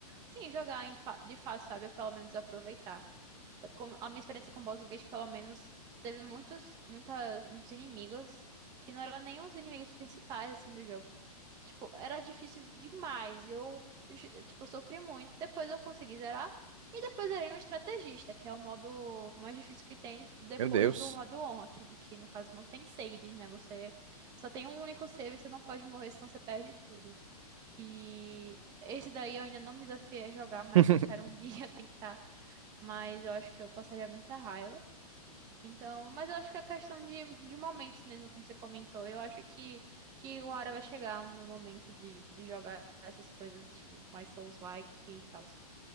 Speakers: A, on the right; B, on the right.
A: sim, jogar em fa- de fácil, sabe? Ou pelo menos aproveitar com- a minha experiência com Baldur's Gate, pelo menos, teve muitos, muitas, muitos inimigos que não eram nem os inimigos principais, assim, do jogo. Tipo, era difícil demais. Eu, eu, tipo, sofri muito. Depois eu consegui zerar. E depois zerei no estrategista, que é o modo mais difícil que tem depois
B: Meu Deus.
A: do modo honra, que, que no caso não tem saves, né? Você só tem um único save, você não pode morrer, senão você perde tudo. E esse daí eu ainda não me desafiei a jogar, mas
B: <laughs>
A: eu quero um <laughs> dia tentar mas eu acho que eu passaria muita raiva. Então, mas eu acho que é questão de, de momentos mesmo, como você comentou. Eu acho que, que uma hora vai chegar o meu momento de, de jogar essas coisas, tipo, mais Souls-like e tal.